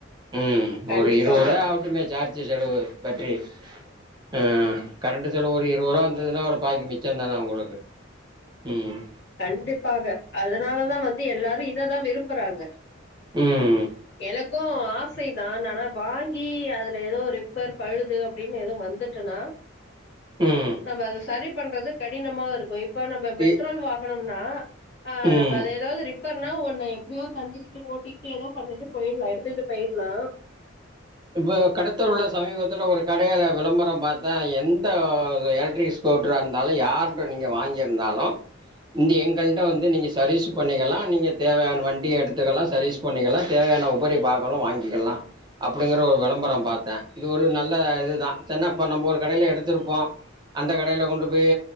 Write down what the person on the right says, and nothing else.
ம்
ஒரு இருபது ரூபா அவுட்டுமே சார்ஜ் ஜார்ஜ் செலவு பற்றி ஆஹ கரண்ட் செல ஒரு இருபது ரூபா வந்ததுன்னா ஒரு பாகி மிச்சந்தான உங்களுக்கு உம்
ம்
ம்
இ
ம்
இப்ப கடத்த உள்ள சமீபத்துல ஒரு கடயில விளம்பரம் பார்த் த எந்த எலக்ட்ரிக் ஸ்கூட்டரா இருந்தாலு யார்ட்ட நீங்க வாங்கியிருந்தாலு இந்த எங்கள்ட்ட வந்து நீங்க சர்வீஸ் பண்ணிக்கலா நீங்க தேவையான வண்டிய எடுத்துக்கலா சர்வீஸ் பண்ணிக்கலா தேவையான உபரி பாகலு வாங்கிக்கலா அப்படிங்கிற ஒரு விளம்பரம் பாத்தே இது ஒரு நல்ல இதுதா சரி நாம் இப்ப ஒரு கடைல எடுத்திருப்போ அந்த கடைல கொண்டு போயீ